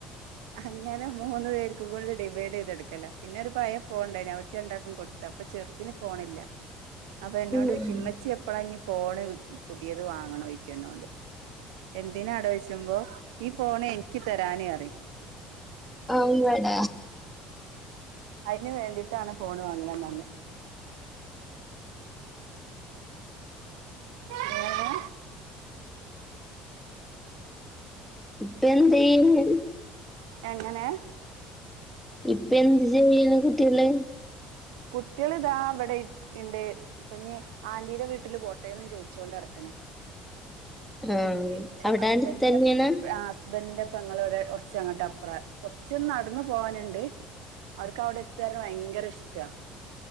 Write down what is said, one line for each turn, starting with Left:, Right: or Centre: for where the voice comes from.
Right: അങ്ങനെ മൂന്ന് പേർക്കും കൂടെ ഡിവൈഡെയ്തെട്ക്കല. പിന്നൊരു പയേ ഫോണ് ണ്ടായിന് അവര്ക്ക് രണ്ടാക്കും കൊട്ത്തപ്പൊ ചെർത്തിന് ഫോണില്ല. അപ്പന്നോടോയ്ച്
Centre: ഉം.
Right: ഇമ്മച്ചി എപ്പളാഞ് ഫോണ് പുതിയത് വാങ്ങണോയ്ച്ചെന്നോട് എന്തിനാടായ്ച്ചുമ്പോ ഈ ഫോണ് എൻക്ക് തെരാന് റിം.
Centre: അമ്പട
Right: അയ്ന് വേണ്ടിട്ടാണ് ഫോണ് വാങ്ങണന്നർഞ്ഞെ. വേറെ
Centre: ഇപ്പെന്തെയ്യുന്നു?
Right: എങ്ങനെ?
Centre: ഇപ്പെന്ത് ചെയ്യുന്നു കുട്ട്യേള്?
Right: കുട്ട്യള് ദാ ഇവടെ ഇരിക്ക്ണ്ട്. ഇപ്പഞ് ആന്റീടെ വീട്ടില് പോട്ടെന്നും ചോയിചൊണ്ടട്ക്ക്ണ്.
Centre: ആ
Right: എന്റെ
Centre: അവിടെ
Right: ഹസ്ബന്റി
Centre: അടുത്ത് തന്നെയാണ്
Right: <unintelligible> ആസ് ഹസ്ബന്റിന്റെ പെങ്ങള് വടെ കൊർച്ചങ്ങട്ടപ്പറാ കൊർച്ചൊന്ന് നടന്ന് പോവാന്ണ്ട്. അവര്ക്കവടെ എത്തർഞ്ഞാ ഭയങ്കരിഷ് ട്ടാ